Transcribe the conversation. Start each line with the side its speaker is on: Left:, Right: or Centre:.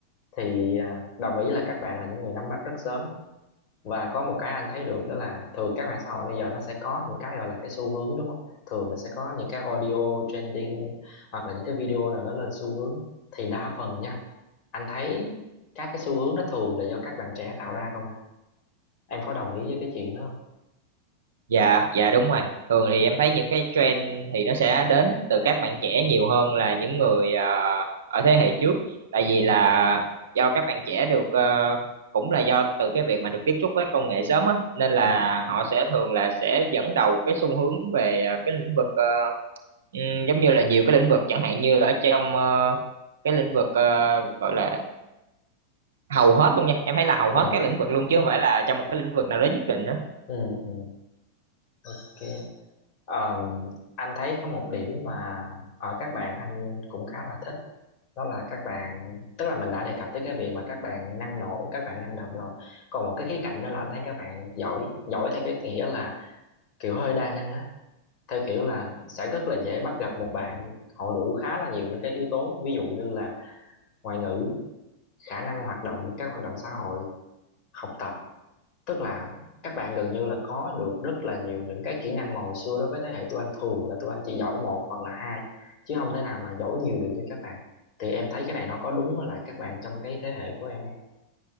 Left: thì à, đồng ý là các bạn là những người nắm bắt rất sớm và có một cái anh thấy được đó là thường các mạng xã hội bây giờ nó sẽ có những cái gọi là cái xu hướng đúng không thường là sẽ có những cái audio trending hoặc là những cái video nào nó lên xu hướng thì đa phần nha anh thấy các cái xu hướng nó thường là do các bạn trẻ tạo ra không à em có đồng ý với cái chuyện đó không
Right: dạ dạ đúng rồi thường thì em thấy những cái trend thì nó sẽ đến từ các bạn trẻ nhiều hơn là những người ờ, ở thế hệ trước tại vì
Left: ừ
Right: là do các bạn trẻ được ờ, cũng là do từ cái việc mà được tiếp xúc với công nghệ sớm á nên
Left: ừ
Right: là họ sẽ thường là sẽ dẫn đầu cái xu hướng về ờ, cái lĩnh vực ờ, ừm, giống như là nhiều cái lĩnh vực chẳng hạn như ở trong ờ, cái lĩnh vực ờ, gọi là hầu hết luôn nha em thấy là hầu
Left: ừ
Right: hết các lĩnh vực luôn chứ không phải là trong một cái lĩnh vực nào đó nhất định á
Left: ừ, ừ. ok Ờ, anh thấy có một điểm mà ở các bạn anh cũng khá là thích đó là các bạn tức là mình đã đề cập tới cái việc mà các bạn năng nổ các bạn năng động rồi còn một cái khía cạnh nữa là anh thấy các bạn giỏi giỏi theo cái nghĩa là kiểu hơi đa năng á theo kiểu là sẽ rất là dễ bắt gặp một bạn họ đủ khá là nhiều những cái yếu tố ví dụ như là ngoại ngữ khả năng hoạt động các hoạt động xã hội học tập tức là các bạn gần như là có được rất là nhiều những cái kỹ năng mà hồi xưa đối với thế hệ tụi anh thường là tụi anh chỉ giỏi một hoặc là hai chứ không thể nào mà giỏi nhiều được như các bạn thì em thấy cái này nó có đúng với lại các bạn trong cái thế hệ của em không